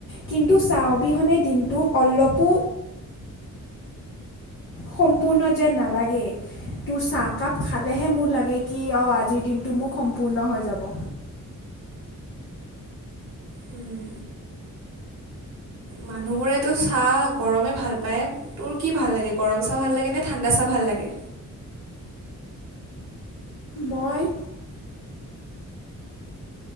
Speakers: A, on the left; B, on the right.
A: কিন্তু চাহ অবিহনে দিন তো অলপো সম্পূৰ্ণ যেন নালাগে তোৰ চাহকাপ খালেহে মোৰ লাগে কি অ আজিৰ দিনটো মোক সম্পূৰ্ণ হৈ যাব।
B: উম। মানুহবোৰেতো চাহ গৰমে ভাল পায় তোৰ কি ভাল লাগে গৰম চাহ ভাল লাগে নে ঠাণ্ডা চাহ ভাল লাগে।
A: মই